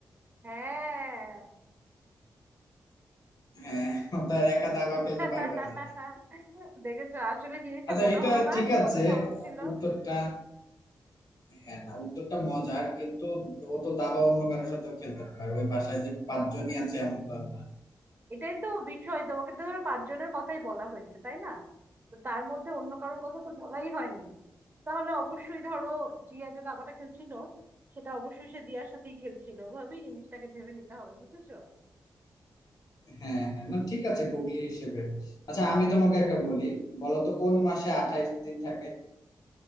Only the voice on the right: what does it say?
হ্যাঁ
<laughs>
দেখেছো আসলে জিনিসটা
মনে
হলো না
যে
কত সহজ ছিল
এটাই তো বিষয় তোমাকে তো ধরো পাঁচজনের কথাই বলা হয়েছে তাই না তো তার মধ্যে অন্য কারো কথা তো বলাই হয়নি তাহলে অবশ্যই ধরো জিয়া যে দাবাটা খেলছিল সেটা অবশ্যই সে দিয়ার সাথেই খেলছিল ওভাবেই জিনিসটাকে ভেবে নিতে হবে বুঝেছো